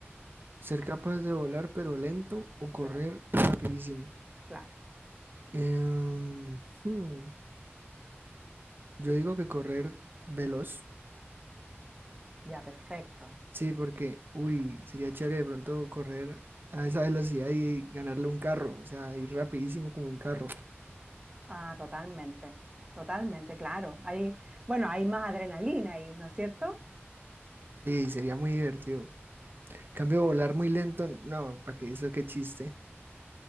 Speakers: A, on the right; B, on the right.
A: ser capaz de volar pero lento o correr
B: Claro.
A: rapidísimo.
B: Claro,
A: Em, hmm, yo digo que correr veloz,
B: ya perfecto.
A: sí, porque, uy, sería chévere de pronto correr a esa velocidad y ganarle un carro, o sea, ir rapidísimo como un carro.
B: Ah, totalmente, totalmente, claro. Hay, bueno, hay más adrenalina ahí, ¿no es cierto?
A: Sí, sería muy divertido. Cambio volar muy lento, no, ¿para qué eso? Qué chiste.